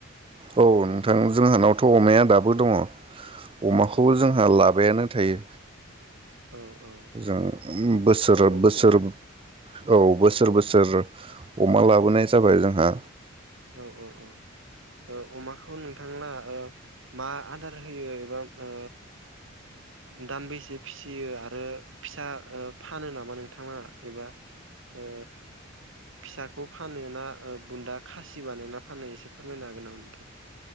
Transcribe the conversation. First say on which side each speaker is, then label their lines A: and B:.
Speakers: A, on the right (about 25°); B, on the right (about 65°).
A: औ नोंथां जोंहानावथ अमाया दाबो दङ। अमाखौबो
B: औ औ औ
A: जोंहा लाबायानो। थायो।
B: औ औ
A: जों बोसोर
B: अ
A: बोसोर
B: अमानि
A: औ बोसोर
B: औ
A: बोसोर अमा लाबोनाय जाबाय जोंहा।
B: औ औ औ ओ अमाखौ नों नोंथांना ओ मा आदार होयो एबा ओ दानबेसे फिसियो आरो फिसा ओ फानो नामा नोंथांलाङा एबा ओ फिसाखौ फानो ना ओ बुन्दा खासि बानायना फाननो इसे फोरमायनो हागोन नामा नोंथां?